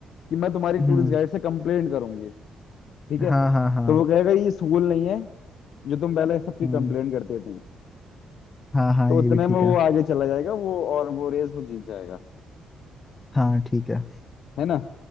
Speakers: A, on the left; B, on the left.
A: कि मैं तुम्हारी
B: हम्म
A: टूरिस्ट गाइड से कंप्लेंट करूंगी ठीक है
B: हाँ हाँ हाँ
A: तो वो कहेगा ये स्कूल नहीं है जो तुम पहले सबकी
B: हम्म
A: कंप्लेंट करते थे
B: हाँ हाँ
A: तो
B: ये
A: उतने
B: भी
A: में
B: ठीक
A: वो
B: है
A: आगे चला जाएगा वो और वो रेस वो जीत जाएगा
B: हाँ ठीक है
A: है ना